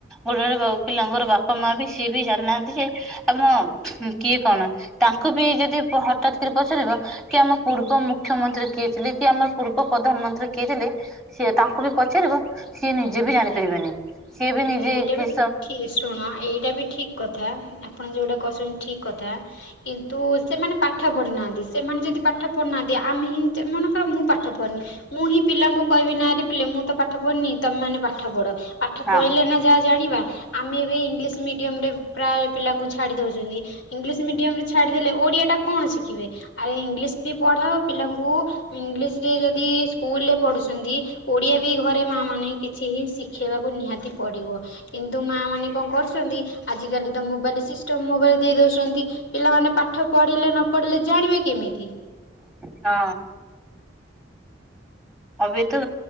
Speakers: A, in the centre; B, on the left.
A: ଗୋଟେ ଗୋ ପିଲାଙ୍କର ବାପା ମାଁ ବି ସେ ବି ଯା ହାନ୍ତି ଯେ ଆମ କିଏ କଣ ତାଙ୍କୁ ବି ଯଦି ହଠାତ କରି ପଚାରିବ ଆମ ପୂର୍ବ ମୁଖ୍ୟମନ୍ତ୍ରୀ କିଏଥିଲେ କି ଆମର ପୂର୍ବ ପ୍ରଧାନମନ୍ତ୍ରୀ କିଏ ଥିଲେ ସିଏ ତାଙ୍କୁ ବି ପଚାରିବ ସିଏ ନିଜେ ବି ଜାଣିପାରିବେନି। ସିଏ ବି ନିଜେ
B: ଏଇଟା
A: କି
B: ବି ଶୁଣ ଏଇଟା ବି ଠିକ କଥା ଆପଣ ଯୋଉଟା କହୁଛନ୍ତି ଠିକ କଥା କିନ୍ତୁ ସେମାନେ ପା ପାଠ ପଡ଼ିନାହାନ୍ତି ସେମାନେ ଯଦି ପାଠ ପଢୁନାହାନ୍ତି ଆମେ ହିଁ ମନେକର ମୁଁ ପାଠ ପଢି଼ନି ମୁଁ ହିଁ ପିଲାଙ୍କୁ କହିବି ନାଁରେ ପିଲେ ମୁଁ ତ ପାଠ ପଢି଼ନି ତମେ ମାନ ପାଠ ପଢ଼ ପାଠ
A: ହଁ
B: ପଢି଼ଲେ ନା ଯାହା ଜାଣିବା। ଆମେ ଏବେ ଇଂଲିଶ ମିଡିୟମ ରେ ପ୍ରାୟ ପିଲାଙ୍କୁ ଛାଡ଼ି ଦେଉଛନ୍ତି ଇଂଲିଶ ମିଡିୟମ ରେ ଛାଡ଼ି ଦେଲେ ଓ ଓଡ଼ିଆ ଟା କଣ ଶିଖିବେ ଆରେ ଇଂଲିଶ ବି ପଢ଼ାଅ ପିଲାଙ୍କୁ ଇଂଲିଶ ରେ ଯଦି ସ୍କୁଲ ରେ ପଢ଼ୁଛନ୍ତି ଓଡ଼ିଆ ବି ଘରେ ମାଆ ମାନେ କିଛି ହି ଶିଖେଇବାକୁ ନିହାତି ପଡି଼ବ କିନ୍ତୁ ମା ମାନେ କଣ କରୁଛନ୍ତି ଆଜ କାଲି ତ ମୋବାଇଲ ସିଷ୍ଟମ୍ ମୋବାଇଲ ଦେଇ ଦଉଛନ୍ତି ପିଲାମାନେ ପାଠ ପଢ଼ିଲେ ନ ପଢ଼ିଲେ ଜାଣିବା କେମିତି?
A: ହଁ। ଏବେ ତ